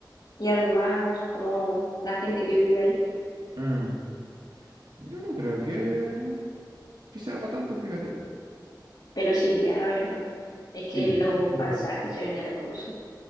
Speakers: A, on the left (about 80°); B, on the right (about 65°).
A: y además como la gente que vive ahí.
B: mm, Yo no creo que. que sea para tanto, fíjate.
A: Pero sí iría, la verdad. Es que
B: Sí,
A: los
B: pum.
A: paisajes se ven hermosos.